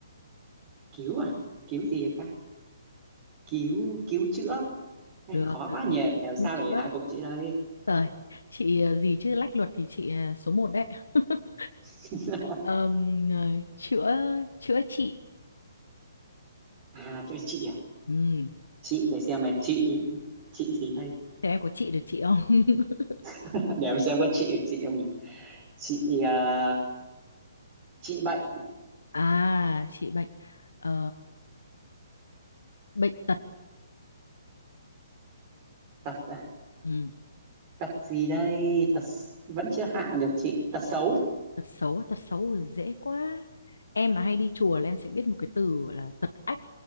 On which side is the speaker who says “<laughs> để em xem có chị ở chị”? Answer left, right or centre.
Right